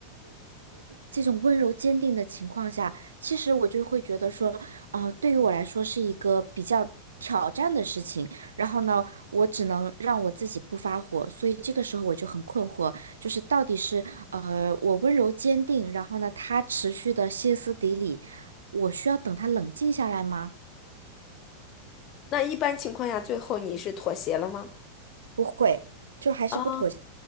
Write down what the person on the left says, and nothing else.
那一般情况下，最后你是妥协了吗？
啊，